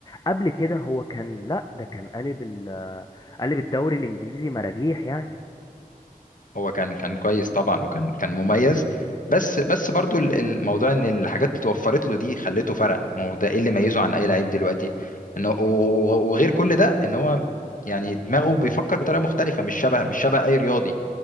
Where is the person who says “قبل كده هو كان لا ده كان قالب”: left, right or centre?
Left